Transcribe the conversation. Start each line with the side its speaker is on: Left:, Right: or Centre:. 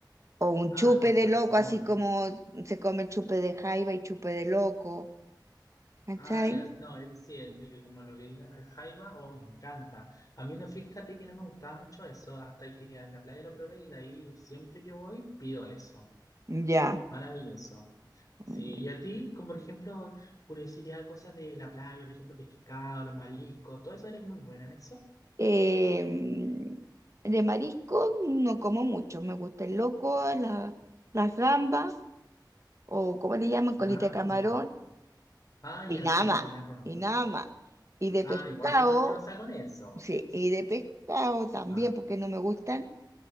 Right: o un
Left: ah,
Right: chupe
Left: con
Right: de
Left: razón.
Right: loco, así como se come el chupe de jaiba y chupe de loco, ¿cachai?
Left: Ah, ya, no, él sí, él, eh, como lo que diga el jaiba, oh, me encanta. A mí no, fíjate que no me gustaba mucho eso, hasta que en la playa lo probé y de ahí siempre que voy pido eso.
Right: Ya.
Left: Maravilloso. Sí,
Right: Mm,
Left: y a ti, como por ejemplo, curiosidad, cosas de la playa, por ejemplo, pescado, los mariscos, todo eso eres muy buena en eso.
Right: em, de marisco no como mucho, me gusta el loco, la- las gambas, o como le llaman, colita
Left: Ah,
Right: de camarón,
Left: ya. Ah,
Right: y
Left: ya,
Right: nada
Left: sí,
Right: más,
Left: sí, la conozco
Right: y nada
Left: esa.
Right: más. Y de
Left: Ah,
Right: pescado
Left: igual mañosa con eso.
Right: Sí, y de pescado también,
Left: Ah.
Right: porque no me gustan.